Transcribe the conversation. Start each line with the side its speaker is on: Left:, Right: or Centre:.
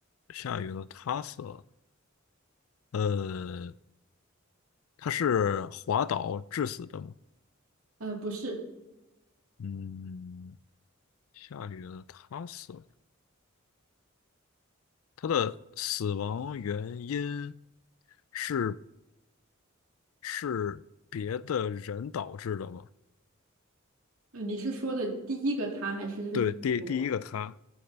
Left: 下雨了，他死了，呃，他是滑倒致死的吗？
Right: 呃，不是。
Left: 嗯，下雨了，他死了。他的死亡原因是是别的人导致的吗？
Right: 呃，你是说的第一个他还是就是我？
Left: 对，第第一个他